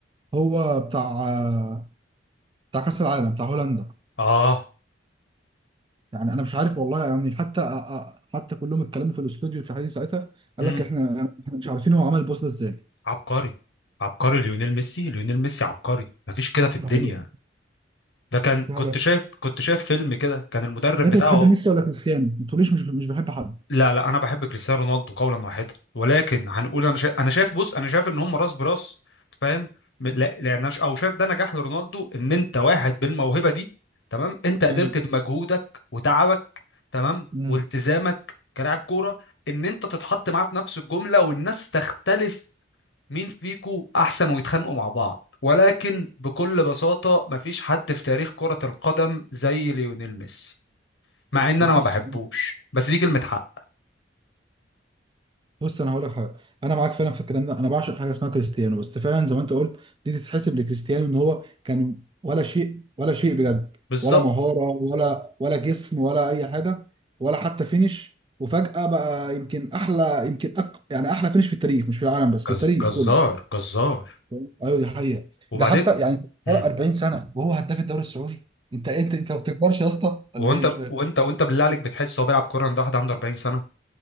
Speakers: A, on the right; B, on the left.
A: هو بتاع آه، بتاع كاس العالم بتاع هولندا
B: اه
A: يعني انا مش عارف والله يعني حتى حتى كلهم اتكلموا في الاستوديو التحليلي ساعتها قال
B: امم
A: لك احنا احنا مش عارفين هو عمل البوست ده ازاي
B: عبقري عبقري ليونيل ميسي ليونيل ميسي عبقري مفيش كده في الدنيا
A: ده هو
B: ده كان
A: دي
B: كنت
A: حاجه
B: شايف كنت شايف فيلم كده كان المدرب
A: انت
B: بتاعه
A: بتحب ميسي ولا كريستيانو ما تقوليش مش مش بحب حد
B: لا لا انا بحب كريستيانو رونالدو قولا واحدا ولكن هنقول انا شايف انا شايف بص انا شايف ان هم راس براس فاهم م- لا لان أنا ش- او شايف ده نجاح لرونالدو ان انت واحد بالموهبه دي تمام انت قدرت
A: مم.
B: بمجهودك وتعبك تمام
A: مم.
B: والتزامك كلاعب كوره ان انت تتحط معاه في نفس الجمله والناس تختلف مين فيكو احسن ويتخانقوا مع بعض ولكن بكل بساطه مفيش حد في تاريخ كره القدم زي ليونيل ميسي مع ان
A: بص
B: انا ما بحبوش بس دي كلمه حق
A: بص انا هقول لك حاجه انا معاك فعلا في الكلام ده انا بعشق حاجه اسمها كريستيانو بس فعلا زي ما انت قلت دي تتحسب لكريستيانو ان هو كان ولا شيء ولا شيء بجد
B: بالظبط
A: ولا مهاره ولا ولا جسم ولا اي حاجه ولا حتى فينش وفجاه بقى يمكن احلى يمكن أك... يعني احلى فينش في التاريخ مش في العالم بس في
B: جز...
A: التاريخ
B: جزار
A: كله
B: جزار
A: فاهم؟ ايوه دي حقيقه
B: وبعدين
A: ده حتى
B: بالظبط
A: يعني فرق
B: امم
A: 40 سنه وهو هداف الدوري السعودي انت انت انت ما بتكبرش يا اسطى
B: وانت
A: ولا ايه مش
B: وانت وانت بالله عليك بتحس هو بيلعب كوره ده واحد عنده 40 سنه